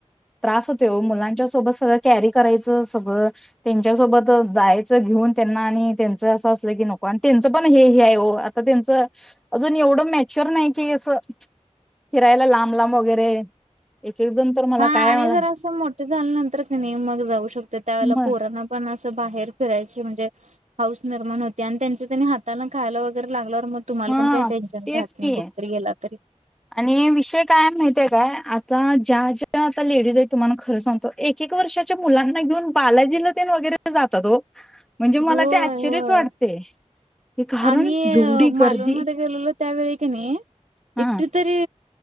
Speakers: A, in the centre; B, on the right.
A: त हो मुला त्याच्या सोबत सगळं कॅरी करायचं सगळं त्यांच्यासोबत जायच घेऊन त्यांना आणि त्यांच असं असलं की नको आणि त्यांचं पण हे हे आहे हो आता त्यांच अजून एवढं मॅच्युअर नाही कि अस फिरायला लांब लांब वगैरे एक एक जण तर मला
B: हा
A: काय
B: आणि
A: मला
B: जर असं मोठे झाल्या नंतर क मग जाऊ शकते त्यावेळेला
A: म
B: पोरांना पण- बाहेर फिरायची म्हणजे पाऊस निर्माण होते आणि त्यांच्या त्यांनी हाताला खायला वगैरे लागलं. मग तुम्हाला
A: हा
B: पण काही टेन्शन
A: तेच
B: राहत नाही
A: की
B: कुठेतरी गेला तरी
A: आणि विषय काय माहती आहे काय आता ज्या ज्या आता लेडीज आहेत तुम्हाला खरं सांगतो एक एक वर्षाच्या मुलांना घेऊन बालाजीला तेन वगैरे जातात हो म्हणजे मला
B: होय
A: ते आश्चर्यच
B: होय
A: वाटते हे कारण
B: आम्ही
A: एवढी
B: मालवण
A: गर्दी
B: मध्ये गेलेलो त्यावेळी की नाही
A: हा
B: एकटे तरी